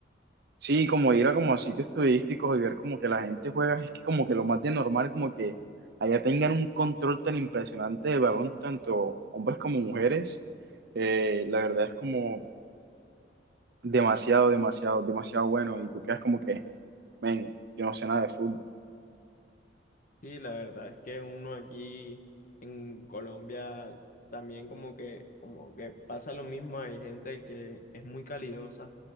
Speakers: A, on the right; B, on the left.
A: Sí, como ir a como a sitios turísticos y ver como que la gente juega, es que como que lo más de normal, como que allá tengan un control tan impresionante del balón, tanto hombres como mujeres, eh, la verdad es como demasiado, demasiado, demasiado bueno y tú quedas como que, men, yo no sé nada de fútbol.
B: Sí, la verdad es que uno aquí en Colombia también como que, como que pasa lo mismo, hay gente que es muy calidosa